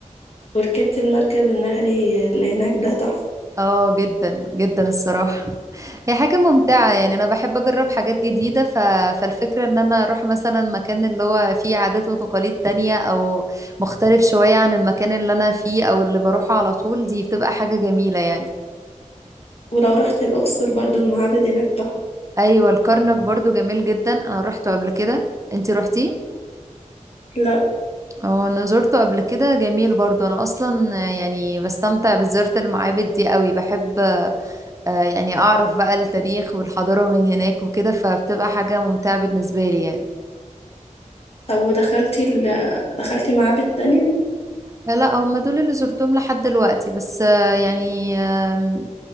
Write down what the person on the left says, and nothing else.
وركبت المركب النهري اللي هناك ده تحفة
ولو رحت الأقصر برضو المعابد هناك تحفة
لا
طب ودخلتي ال... دخلتي معابد تانية